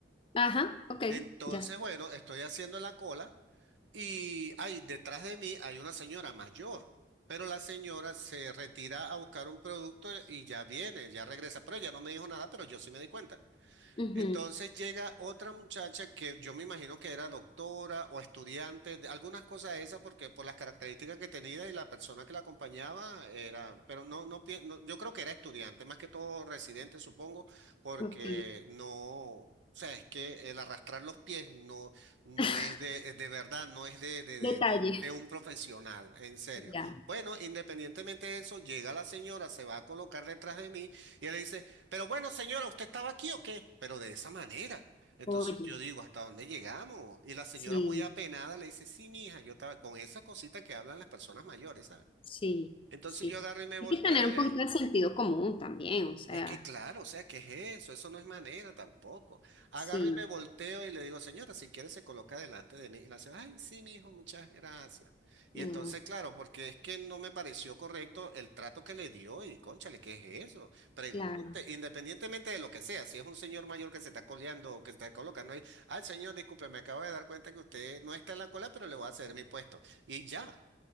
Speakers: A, on the left (about 30°); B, on the right (about 80°).
A: Ajá, ok,
B: Entonces,
A: ya
B: bueno, estoy haciendo la cola y ahí detrás de mí hay una señora mayor, pero la señora se retira a buscar un producto y ya viene, ya regresa, pero ella no me dijo nada, pero yo sí me di cuenta.
A: sé.
B: Entonces llega otra muchacha que yo me imagino que era doctora o estudiante, de algunas cosas de esas, porque por las características que tenía y la persona que la acompañaba era, pero no, no, pien- no, yo creo que era estudiante, más que todo residente, supongo, porque
A: Ok.
B: no, o sea, es que el arrastrar los pies no, no
A: <laughs>
B: es de, de verdad, no es de, de, de,
A: Detalle.
B: de- de un profesional, en serio.
A: Ya.
B: Bueno, independientemente de eso, llega la señora, se va a colocar detrás de mí y él dice, pero bueno, señora, ¿usted estaba aquí o qué? Pero de esa manera. Entonces
A: Oye,
B: yo digo, ¿hasta dónde llegamos? Y la señora
A: sí,
B: muy apenada le dice, sí, mija, yo estaba con esa cosita que hablan las personas mayores, ¿sabes?
A: sí,
B: Entonces
A: sí.
B: yo agarro y me volteo
A: Hay que tener
B: y
A: un
B: le,
A: poquito de sentido común también, o sea,
B: es que claro, o sea, ¿qué es eso? Eso no es manera tampoco. Agarro
A: sí.
B: y me volteo y le digo, señora, si quiere se coloca delante de mí. Y la señora, ay, sí, mi hijo, muchas gracias. Y
A: Ah,
B: entonces, claro, porque es que no me pareció correcto el trato que le dio y, cónchale, ¿qué es eso? Pregunte,
A: claro.
B: independientemente de lo que sea, si es un señor mayor que se está coleando o que se está colocando ahí, ay, señor, disculpe, me acabo de dar cuenta que usted no está en la cola, pero le voy a ceder mi puesto. Y ya,